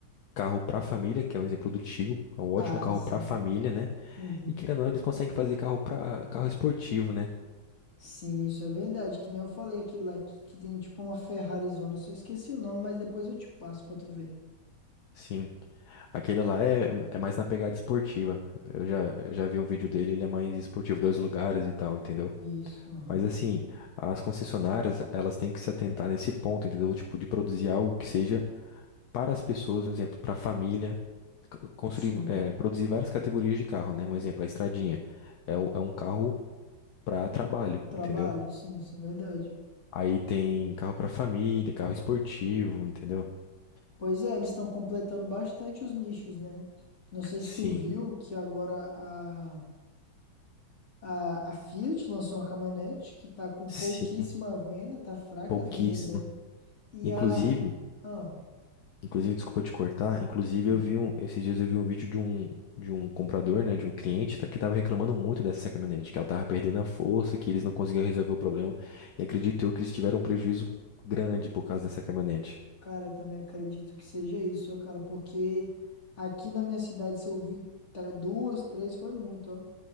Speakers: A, on the left (about 60°); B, on the left (about 35°).
A: carro para família, que é um exemplo do Tigo, é um ótimo
B: Ah,
A: carro
B: sim.
A: para família, né?
B: Uhum.
A: E querendo ou não, eles conseguem fazer carro para carro esportivo, né?
B: Sim, isso é verdade. Que nem eu falei, aquele lá que, que tem tipo uma Ferrarizona. Eu Só esqueci o nome, mas depois eu te passo pra tu ver.
A: Sim. Aquele lá é, é mais na pegada esportiva. Eu já, eu já vi um vídeo dele, ele é mais esportivo, dois lugares e tal, entendeu?
B: Isso, aham.
A: Mas assim, as concessionárias, elas têm que se atentar nesse ponto, entendeu? Tipo, de produzir algo que seja para as pessoas, um exemplo, para a família, c- construir,
B: Sim,
A: eh, produzir várias categorias de carro, né? Um exemplo, a estradinha é, o- é um carro para trabalho,
B: trabalho,
A: entendeu?
B: sim, isso é verdade.
A: Aí tem carro para família, carro esportivo, entendeu?
B: Pois é, eles estão completando bastante os nichos, né? Não sei
A: Sim,
B: se tu viu que agora a, a, a Fiat lançou uma caminhonete que tá com
A: sim,
B: pouquíssima venda, tá fraca
A: pouquíssimo.
B: as vendas dela. E
A: Inclusive,
B: a. Ah,
A: Inclusive, desculpa te cortar, inclusive
B: sim.
A: eu vi um, esses dias eu vi um vídeo de um, de um comprador, né, de um cliente tá- que estava reclamando muito dessa caminhonete, que ela estava perdendo a força, que eles não conseguiam resolver o problema, e acredito eu que eles tiveram um prejuízo grande por causa dessa caminhonete.
B: Cara, eu também acredito que seja isso, ó, cara, porque aqui na minha cidade, se eu vi tra- duas, três, foi muito, ó.